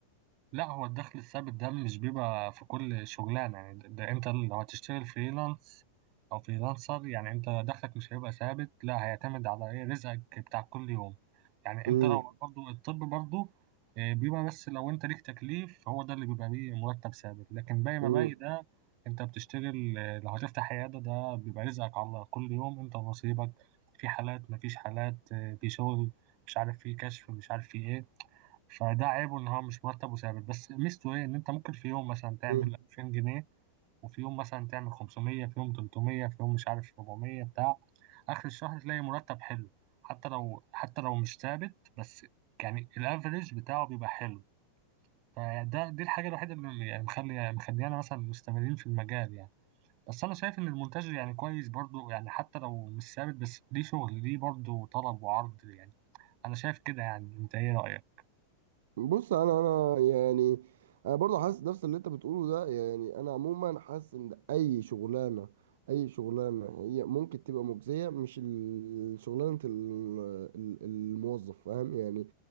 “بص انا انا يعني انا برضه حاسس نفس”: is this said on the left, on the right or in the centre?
Right